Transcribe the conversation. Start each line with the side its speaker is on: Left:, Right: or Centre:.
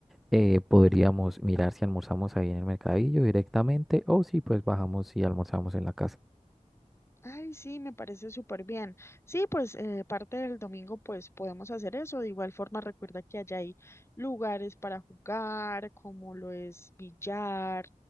Centre: eh, podríamos mirar si almorzamos ahí en el mercadillo directamente o si pues bajamos y almorzamos en la casa.
Left: Ay, sí, me parece súper bien. Sí, pues eh, parte del domingo pues podemos hacer eso. De igual forma, recuerda que allá hay lugares para jugar, como lo es billar,